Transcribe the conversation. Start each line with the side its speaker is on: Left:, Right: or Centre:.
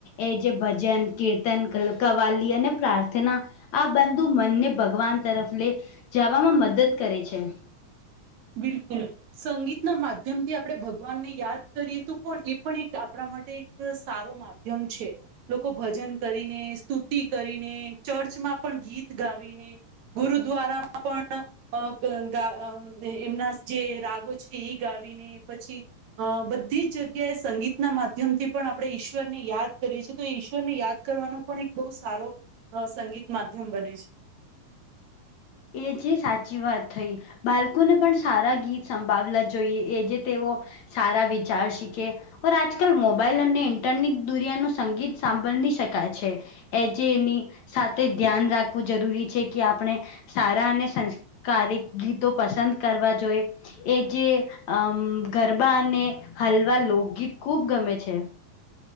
Left: એ જે ભજન, કીર્તન, ક કવાલી અને પ્રાર્થના આ બંધુ મનને ભગવાન તરફ લે જવામાં મદદ કરે છે.
Right: બિલકુલ સંગીતના માધ્યમ થી આપણે ભગવાનને યાદ કરીએ તો પણ એ પણ એક આપણા માટે એક સારો મા માધ્યમ છે. લોકો ભજન કરીને સ્તુતિ કરીને ચર્ચમાં પણ ગીત ગાવીને ગુરુદ્વારામાં પણ અ બ ગા એમના જે રાગો છે એ ગાવીને પછી અ બધી જ જગ્યાએ સંગીતના માધ્યમથી પણ આપણે ઈશ્વર ને યાદ કરીએ છીએ તો ઈશ્વરને યાદ કરવાનું પણ એક બહુ સારો સંગીત માધ્યમ બને છે.
Left: એ જે સાચી વાત થઈ બાળકોને પણ સારા ગીત સંભાવલા જોઈએ એ જે તેઓ સારા વિચાર શીખે ઓ આજકાલ મોબાઈલ અને ઇન્ટરનેટ દુરિયા નુ સંગીત સાંભળી શકાય છે. એ જે એની સાથે ધ્યાન રાખવું જરૂરી છે કે આપણે સારા અને સંસ્કારિક ગીતો પસંદ કરવા જોઈ એ જે અ ગરબા અને હલવા લોકગીત ખુબ ગમે છે.